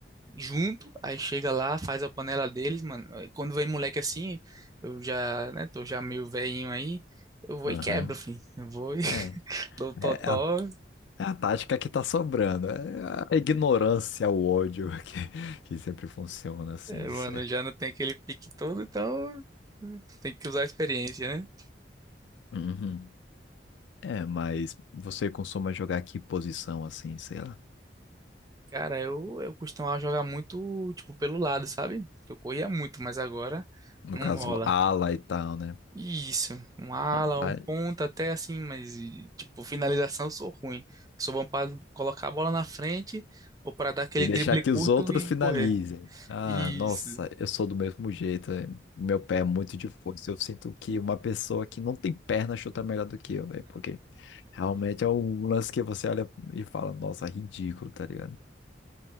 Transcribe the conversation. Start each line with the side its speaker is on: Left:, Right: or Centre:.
Right: junto, aí chega lá, faz a panela deles, mano. Aí Quando vem moleque assim, eu já, né, tô já meio velhinho aí, eu vou
Left: Aham.
Right: e quebro, filho. Eu vou e <laughs>
Left: É,
Right: dou totó.
Left: é a, é a tática que tá sobrando. É a ignorância, o ódio <laughs> que, que sempre funciona, assim,
Right: É,
Left: de
Right: mano,
Left: certo.
Right: eu já não tenho aquele pique todo, então tem que usar a experiência, né?
Left: Uhum. É, mas você costuma jogar que posição, assim, sei lá.
Right: Cara, eu, eu costumava jogar muito, tipo, pelo lado, sabe? Eu corria muito, mas agora
Left: No
Right: não
Left: caso,
Right: rola.
Left: ala e tal, né?
Right: Isso, um ala,
Left: Rapaz.
Right: um ponta até assim, mas e, tipo, finalização eu sou ruim. Sou bom para colocar a bola na frente ou para dar aquele
Left: E
Right: drible
Left: deixar que
Right: curto
Left: os outros
Right: e
Left: finalizem.
Right: correr.
Left: Ah,
Right: Isso.
Left: nossa, eu sou do mesmo jeito. eh, Meu pé é muito de força. Eu sinto que uma pessoa que não tem perna chuta melhor do que eu, velho. Porque realmente é um lance que você olha e fala, nossa, ridículo, tá ligado?